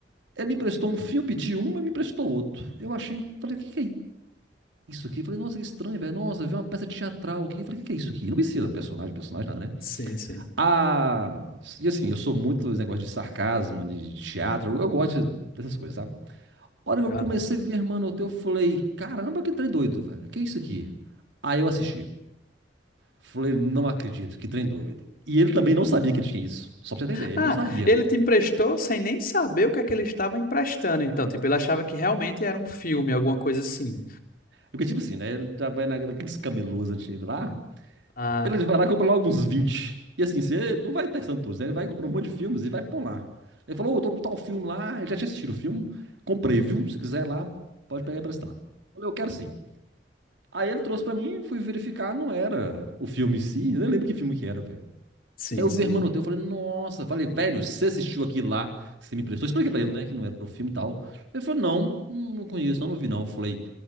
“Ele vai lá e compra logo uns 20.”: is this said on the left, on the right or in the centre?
Right